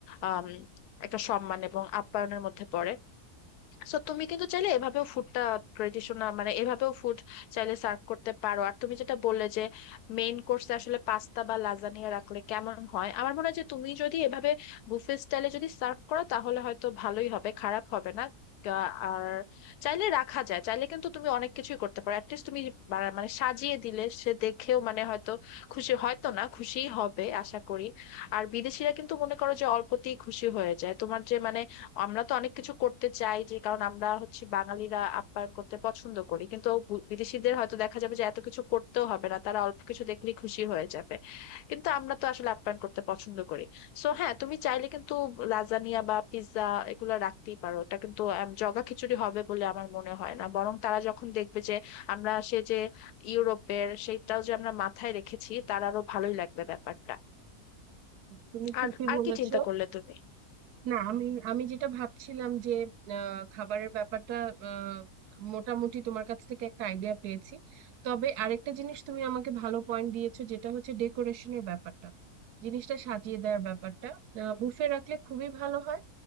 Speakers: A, on the left (about 80°); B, on the right (about 85°).
A: আম, একটা সম্মান এবং আপ্যায়নের মধ্যে পড়ে সো তুমি কিন্তু চাইলে এভাবেও ফুডটা ট্রেডিশনাল মানে এভাবেও ফুড চাইলে সার্ভ করতে পারো আর তুমি যেটা বললে যে মেইন কোর্সে আসলে পাস্তা বা লাজানিয়া রাখলে কেমন হয় আমার মনে হয় যে তুমি যদি এভাবে বুফে স্টাইলে যদি সার্ভ করো তাহলে হয়তো ভালোই হবে খারাপ হবে না গা- আর চাইলে রাখা যায় চাইলে কিন্তু তুমি অনেক কিছুই করতে পারো অ্যাটলিস্ট তুমি বা- মানে সাজিয়ে দিলে সে দেখেও মানে হয়তো খুশি হয়তো না খুশিই হবে আশা করি আর বিদেশিরা কিন্তু মনে করো যে অল্পতেই খুশি হয়ে যায় তোমার যে মানে আমরা তো অনেক কিছু করতে চাই যে কারণ আমরা হচ্ছে বাঙালিরা আপ্যায়ন করতে পছন্দ করি কিন্তু বু- বিদেশিদের হয়তো দেখা যাবে যে এত কিছু করতেও হবে না তারা অল্প কিছু দেখলেই খুশি হয়ে যাবে কিন্তু আমরা তো আসলে আপ্যায়ন করতে পছন্দ করি সো হ্যাঁ তুমি চাইলে কিন্তু লাজানিয়া বা পিৎজা এগুলো রাখতেই পারো এটা কিন্তু আম, জগা খিচুড়ি হবে বলে আমার মনে হয় না বরং তারা যখন দেখবে যে আমরা সে যে ইউরোপের সেইটাও যে আমরা মাথায় রেখেছি তার আরো ভালোই লাগবে ব্যাপারটা
B: তুমি ঠিকই
A: আর আর
B: বলেছো
A: কি চিন্তা করলে তুমি
B: না আমি আমি যেটা ভাবছিলাম যে আহ, খাবারের ব্যাপারটা আহ, মোটামুটি তোমার কাছ থেকে একটা আইডিয়া পেয়েছি তবে আরেকটা জিনিস তুমি আমাকে ভালো পয়েন্ট দিয়েছো যেটা হচ্ছে ডেকোরেশনের ব্যাপারটা জিনিসটা সাজিয়ে দেওয়ার ব্যাপারটা বুফে রাখলে খুবই ভালো হয়